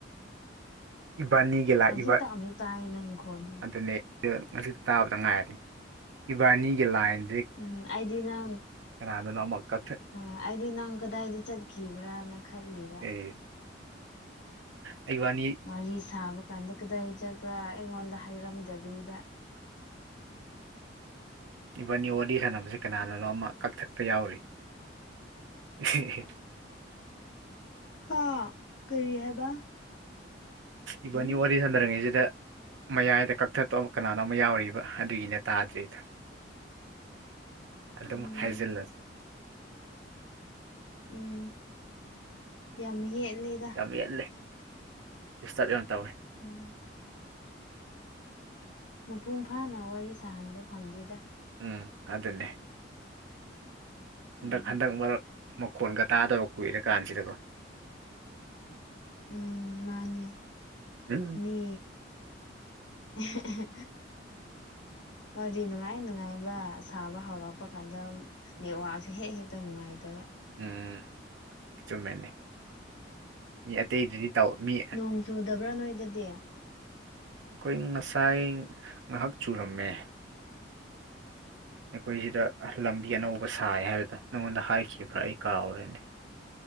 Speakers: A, on the right; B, on the left.
A: ꯏꯕꯥꯅꯤꯒꯤ ꯂꯥꯛꯏꯕ
B: ꯍꯧꯖꯤꯛꯇ ꯑꯃꯨꯛ ꯇꯥꯏ ꯅꯪ ꯏꯪꯈꯣꯜꯗꯣ
A: ꯑꯗꯨꯅꯦ ꯉꯁꯤꯗ ꯇꯥꯕꯗ ꯉꯥꯏꯔꯦ ꯏꯕꯥꯅꯤꯒꯤ ꯂꯥꯏꯟꯁꯦ
B: ꯎꯝ ꯑꯩꯗꯤ ꯅꯪ
A: ꯀꯅꯥꯗꯅꯣ ꯑꯃ ꯀꯛ
B: ꯑꯩꯗꯤ ꯅꯪ ꯀꯗꯥꯏꯗ ꯆꯠꯈꯤꯕ꯭ꯔꯥꯅ ꯈꯜꯂꯤꯕ
A: ꯑꯦ ꯑꯩ ꯋꯥꯅꯤ
B: ꯋꯥꯔꯤ ꯁꯥꯕ ꯀꯥꯟꯗ ꯀꯗꯥꯏ ꯆꯠꯄ꯭ꯔꯥ ꯑꯩꯉꯣꯟꯗ ꯍꯥꯏꯔꯝꯗꯕꯤꯗ
A: ꯏꯚꯟꯅꯤ ꯋꯥꯔꯤꯗꯤ ꯁꯥꯟꯅꯕꯁꯦ ꯀꯅꯥꯅꯣ ꯑꯃ ꯀꯛꯊꯠꯄ ꯌꯥꯎꯔꯤ ꯍꯤ ꯍꯤ
B: ꯍꯥꯥ ꯀꯔꯤ ꯍꯥꯏꯕ
A: ꯏꯚꯅꯤ
B: ꯎꯝ
A: ꯋꯥꯔꯤ ꯁꯟꯗꯔꯤꯉꯩꯁꯤꯗ ꯃꯌꯥꯏꯗ ꯀꯛꯊꯠꯄ ꯑꯃ ꯀꯅꯥꯅꯣ ꯑꯃ ꯌꯥꯎꯔꯤꯕ ꯑꯗꯨꯒꯤꯅ ꯇꯥꯗ꯭ꯔꯤꯗ ꯑꯗꯨꯝ
B: ꯎꯝ
A: ꯍꯥꯏꯖꯤꯜꯂꯁꯦ
B: ꯎꯝ ꯌꯥꯝ ꯌꯦꯠꯂꯗ
A: ꯌꯥꯝ ꯌꯦꯠꯂꯦ ꯗꯤꯁꯇꯔꯕ ꯌꯥꯝ ꯇꯧꯋꯦ
B: ꯎꯝ ꯃꯄꯨꯡ ꯐꯥꯅ ꯋꯥꯔꯤ ꯁꯥꯍꯟꯕ ꯐꯪꯗꯦꯗ
A: ꯎꯝ ꯑꯗꯨꯗꯅꯦ
B: ꯎꯝ
A: ꯍꯟꯗꯛ ꯍꯟꯗꯛ ꯃꯔꯛ ꯃꯈꯣꯟꯒ ꯇꯥꯗꯕ ꯀꯨꯏꯔꯀꯥꯟꯁꯤꯗꯀꯣ
B: ꯎꯝ ꯃꯥꯅꯦ
A: ꯎꯝ
B: ꯃꯤ ꯑꯍ ꯑꯍ ꯍꯣꯏꯗꯤ ꯅꯨꯡꯉꯥꯏ ꯅꯨꯡꯉꯥꯏꯕ ꯁꯥꯕ ꯍꯧꯔꯛꯄ ꯀꯥꯟꯗ ꯅꯦꯠꯋꯥꯛꯁꯦ ꯍꯦꯛ ꯍꯦꯛꯇ ꯅꯨꯡꯉꯥꯏꯇꯕ
A: ꯎꯝ ꯆꯨꯝꯃꯦꯅꯤ ꯃꯤ ꯑꯇꯩꯗꯨꯗꯤ ꯇꯧ ꯃꯤ
B: ꯅꯣꯡ ꯆꯨꯗꯕ꯭ꯔꯥ ꯅꯣꯏꯗꯗꯤ
A: ꯑꯩꯈꯣꯏ ꯉꯁꯥꯏ ꯉꯥꯏꯍꯥꯛ ꯆꯨꯔꯝꯃꯦ ꯑꯩꯈꯣꯏ ꯁꯤꯗ ꯂꯝꯕꯤ ꯑꯅꯧꯕ ꯁꯥꯏ ꯍꯥꯏꯕꯗ ꯅꯪꯉꯣꯟꯗ ꯍꯥꯏꯈꯤꯕ꯭ꯔꯥ ꯑꯩ ꯀꯥꯎꯔꯦꯅꯦ